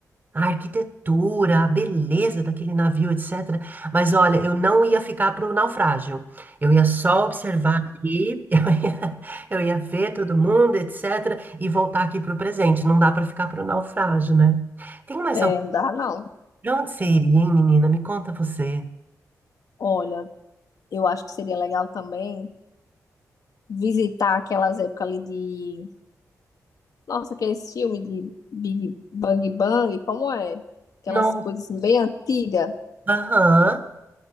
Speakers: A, on the right; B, on the left.
A: a arquitetura, a beleza daquele navio, etc. Mas olha, eu não ia ficar para o naufrágio. Eu ia só observar aqui, <laughs> eu ia, eu ia ver todo mundo, etc. E voltar aqui para o presente. Não dá para ficar para o naufrágio, né? Tem mais
B: É,
A: algum?
B: não dá não.
A: Pra onde você iria, hein, menina? Me conta você.
B: Olha, eu acho que seria legal também visitar aquelas épocas ali de Nossa, aqueles filmes de Big Bang Bang, como é? Aquelas
A: Não.
B: coisas assim, bem antigas,
A: Aham.